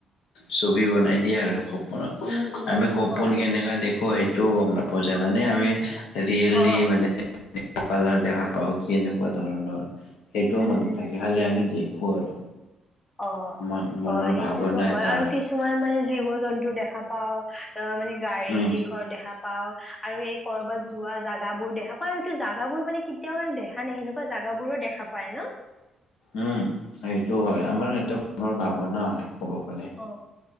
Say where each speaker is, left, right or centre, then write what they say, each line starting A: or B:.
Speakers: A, on the left; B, on the left.
A: ছবি বনাই দিয়া আৰু খুব- <inaudible>
B: উম উম
A: আমি সপোন
B: হয়
A: কেনেকা দেখো সেইটোও গম নাপাওঁ জানানে আমি আজিকালি
B: অ
A: মানে <inaudible> কালাৰ দেখা পাওঁ, কি এনেকুৱা ধৰণৰ এইটোও
B: উম
A: মনত
B: উম
A: থাকে, খালি আমি দেখো আৰু
B: অ'
A: ম মনৰ
B: হয় হেইটোতো
A: ভাৱনা
B: হয়
A: এটা
B: আৰু কি তোমাৰ মানে জীৱ-জন্তু দেখা পাওঁ, তৰপা মানে গাড়ী
A: উম
B: দেখো ঘৰ দেখা পাওঁ আৰু এই কৰবাত যোৱা জাগাবোৰ বোৰ দেখা পাওঁ, ত' সেইটো জেগাবোৰ মানে কি কেতিয়াও দেখা নাই, সেনেকুৱা জাগাবোৰো দেখা পায় ন
A: উম, সেইটো হয় আমাৰ এটা মনৰ ভাৱনা হয় হ'ব পাৰে,
B: অ